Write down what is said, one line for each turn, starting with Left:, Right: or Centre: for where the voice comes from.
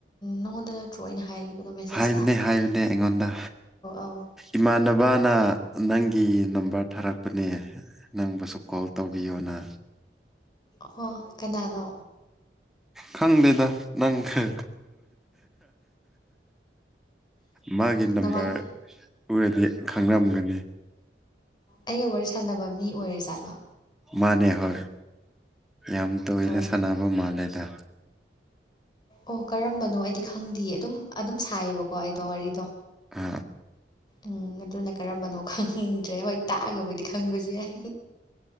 Left: ꯅꯪꯉꯣꯟꯗ ꯅꯠꯇ꯭ꯔꯣ ꯑꯣꯏꯅ ꯍꯥꯏꯈꯤꯕꯗꯣ ꯃꯦꯁꯦꯁꯇ
Centre: ꯍꯥꯏꯕꯅꯦ
Left: ꯑ
Centre: ꯍꯥꯏꯕꯅꯦ ꯑꯩꯉꯣꯟꯗ
Left: ꯑꯧ
Centre: ꯏꯃꯥꯟꯅꯕꯅ ꯅꯪꯒꯤ ꯅꯝꯕꯔ ꯊꯥꯔꯛꯄꯅꯦ ꯅꯪꯕꯨꯁꯨ ꯀꯣꯜ ꯇꯧꯕꯤꯌꯣꯅ
Left: ꯍꯣ ꯀꯅꯥꯅꯣ
Centre: ꯈꯪꯗꯦꯗ ꯅꯪꯗ ꯃꯥꯒꯤ ꯅꯝꯕꯔ
Left: ꯅꯃꯥꯟ
Centre: ꯑꯣꯏꯔꯗꯤ ꯈꯪꯔꯝꯒꯅꯤ
Left: ꯑꯩꯒ ꯋꯥꯔꯤ ꯁꯥꯟꯅꯕ ꯃꯤ ꯑꯣꯏꯔꯦ ꯖꯥꯠꯂꯣ
Centre: ꯃꯥꯅꯦ ꯍꯣꯏ ꯌꯥꯝ ꯇꯣꯏꯅ
Left: ꯑꯣ
Centre: ꯁꯥꯟꯅꯕ ꯃꯥꯜꯂꯦꯗ
Left: ꯑꯣ ꯀꯔꯝꯕꯅꯣ ꯑꯩꯗꯤ ꯈꯪꯗꯦ ꯑꯗꯨꯝ ꯑꯗꯨꯝ ꯁꯥꯏꯌꯦꯕꯀꯣ ꯑꯩꯗꯣ ꯋꯥꯔꯤꯗꯣ
Centre: ꯑ
Left: ꯎꯝ ꯑꯗꯨꯅ ꯀꯔꯝꯕꯅꯣ ꯈꯪꯗ꯭ꯔꯦ ꯍꯣꯏ ꯇꯥꯛꯑꯒꯕꯨꯗꯤ ꯈꯪꯕꯁꯨ ꯌꯥꯏ